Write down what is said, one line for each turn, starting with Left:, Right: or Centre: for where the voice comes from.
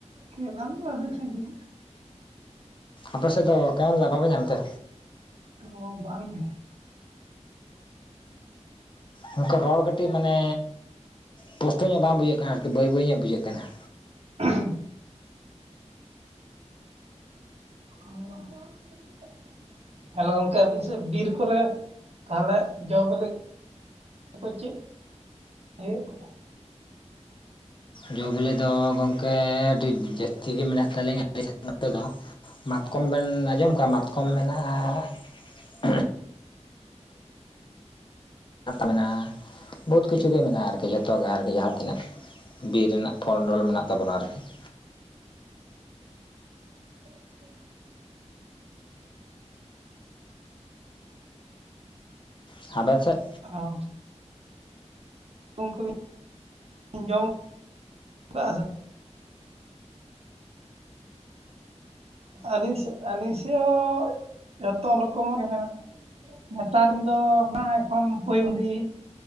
Right: ᱠᱮᱱᱮᱞ ᱫᱚ ᱟᱹᱰᱤ ᱥᱟᱺᱜᱤᱧ ᱾
Left: ᱟᱯᱮ ᱥᱮᱫ ᱫᱚ ᱠᱮᱱᱮᱞ ᱫᱟᱜ ᱵᱟᱯᱮ ᱧᱟᱢ ᱛᱮ?
Right: ᱚ ᱵᱟᱝ ᱜᱮ ᱾
Left: ᱜᱚᱝᱠᱮ ᱨᱚᱲ ᱠᱟᱹᱴᱤᱡ ᱢᱟᱱᱮ ᱯᱥᱴᱚ ᱧᱚᱜ ᱵᱟᱝ ᱵᱩᱡᱷᱟᱹᱜ ᱠᱟᱱᱟ ᱟᱨᱠᱤ, ᱵᱟᱹᱭ ᱵᱟᱹᱭ ᱧᱚᱜ ᱵᱩᱡᱷᱟᱹᱜ ᱠᱟᱱᱟ ᱾
Right: <inaudible> <inaudible> ᱦᱮᱞᱳ ᱜᱚᱝᱠᱮ ᱟᱹᱵᱤᱱ ᱥᱮᱫ ᱵᱤᱨ ᱠᱚᱨᱮ ᱛᱟᱦᱚᱞᱮ ᱡᱚ ᱵᱤᱞᱤ ᱪᱮᱫ ᱦᱩᱭᱩᱜ ᱠᱟᱱᱟ?
Left: ᱡᱚ ᱵᱤᱞᱮ ᱫᱚ ᱜᱚᱢᱠᱮ ᱟᱹᱰᱤ ᱡᱟᱹᱥᱛᱤ ᱜᱮ ᱢᱮᱱᱟᱜ ᱛᱟᱹᱞᱤᱧᱟ ᱾ ᱱᱚᱛᱮ ᱫᱚ ᱢᱟᱛᱠᱚᱢ ᱵᱮᱱ ᱟᱸᱡᱚᱢ ᱠᱟᱜᱼᱟ ᱢᱟᱛᱠᱚᱢ ᱢᱮᱱᱟᱜᱼᱟ ᱾ ᱢᱮᱱᱟᱜᱼᱟ ᱵᱚᱦᱩᱛ ᱠᱤᱪᱷᱩ ᱜᱮ ᱢᱮᱱᱟᱜᱼᱟ, ᱟᱨᱠᱤ ᱡᱚᱛᱚ ᱜᱮ ᱟᱨᱠᱤ ᱡᱟᱦᱟᱸ ᱛᱤᱱᱟᱹᱜ ᱾ ᱵᱤᱨ ᱨᱮᱱᱟᱜ ᱯᱷᱳᱞᱰᱚᱞ ᱢᱮᱱᱟᱜ ᱛᱟᱵᱚᱱᱟ ᱟᱨᱠᱤ ᱾
Right: <inaudible>
Left: ᱥᱟᱵᱮ ᱥᱮᱜ
Right: ᱚᱸ <inaudible> ᱡᱚᱢ <inaudible> ᱟᱞᱤᱧ ᱥᱮᱜ, ᱟᱞᱤᱧ ᱥᱮ ᱚᱸ ᱡᱚᱛᱚ ᱨᱚᱠᱚᱢᱟᱜ ᱜᱮ ᱢᱮᱱᱟᱜ ᱱᱮᱛᱟᱨᱱ ᱫᱚ ᱱᱟᱜᱼᱟ ᱮᱠᱷᱚᱱ ᱵᱳᱭ ᱩᱸᱫᱤ,